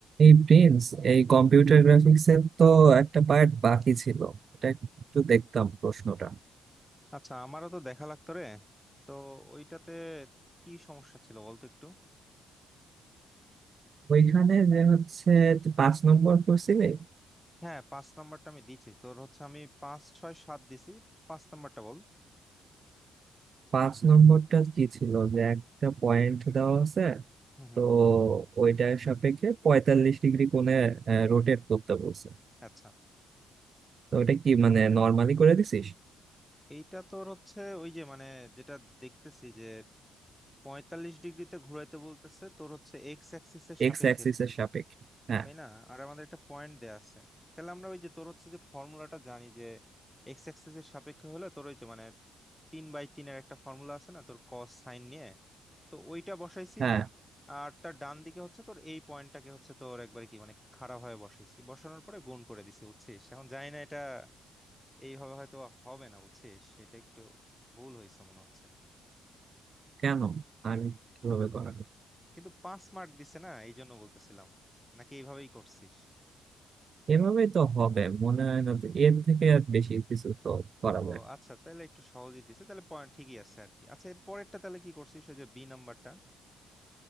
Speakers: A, on the right; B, in the centre.
A: এই প্রিন্স এই কম্পিউটার গ্রাফিক্স এর তো একটা পার্ট বাকি ছিল এটা একটু দেখতাম প্রশ্নটা
B: আচ্ছা আমারও তো দেখা লাগতো রে তো ওইটাতে কি সমস্যা ছিল বলতো একটু
A: ওইখানে যে হচ্ছে তুই পাঁচ নম্বর করছিলি
B: হ্যাঁ পাঁচ নাম্বারটা আমি দিছি তোর হচ্ছে আমি পাঁচ ছয় সাত দিছি পাঁচ নাম্বারটা বল
A: পাঁচ নম্বরটা কি ছিল যে একটা পয়েন্ট দেওয়া আছে
B: হুম হুম
A: তো ওইটার সাপেক্ষে পঁয়তাল্লিশ ডিগ্রি কোণে রোটেট করতে বলছে
B: আচ্ছা
A: তো ওটা কি মানে নর্মালি করে দিছিস
B: এইটা তোর হচ্ছে ওই যে মানে যেটা দেখতেছি যে পঁয়তাল্লিশ ডিগ্রিতে ঘুরাইতে বলতেছে তোর হচ্ছে এক্স অ্যাক্সিস এর সাপেক্ষে
A: এক্স অ্যাক্সিস এর সাপেক্ষে হ্যাঁ
B: তাই না আর আমাদের একটা পয়েন্ট দেয়া আছে তাহলে আমরা ওই যে তোর হচ্ছে যে ফর্মুলাটা জানি যে এক্স অ্যাক্সিস এর সাপেক্ষে হলে তোর ওই যে মানে তিন বাই তিনের একটা ফর্মুলা আছে না তোর কস সাইন নিয়ে তো ওইটা বসাইছি
A: হ্যাঁ
B: আর তার ডান দিকে হচ্ছে তোর এই পয়েন্টটাকে হচ্ছে তোর একবারে কি মানে খারাপ ভাবে বসাইছি বসানোর পরে গুণ করে দিছি বুঝছিস এখন জানি না এটা এইভাবে হয়তো হবে না বুঝছিস এটা একটু ভুল হয়েছে মনে হচ্ছে
A: কেন আমি কিভাবে করা যায়?
B: কিন্তু পাঁচ মার্ক দিছে না এই জন্য বলতেছিলাম নাকি এইভাবেই করছিস
A: এভাবেই তো হবে মনে হয় না তো এর থেকে আর বেশি কিছু তো করা
B: ও
A: যায় না।
B: আচ্ছা তাহলে একটু সহজেই দিছে তাহলে পয়েন্ট ঠিকই আছে আর কি আচ্ছা এর পরেরটা তাহলে কি করছিস ওই যে বি নাম্বারটা